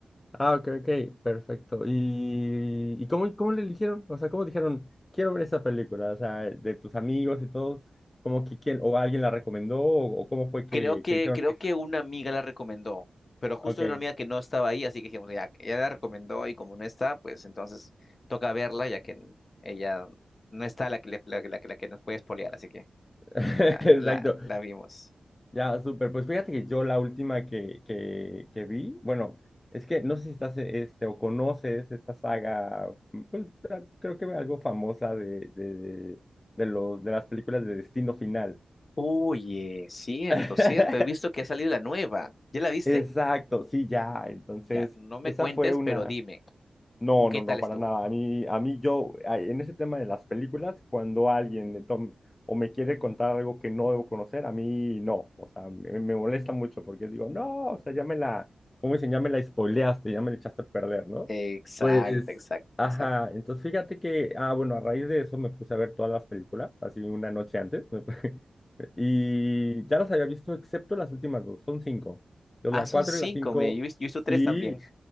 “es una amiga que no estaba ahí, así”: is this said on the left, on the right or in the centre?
Left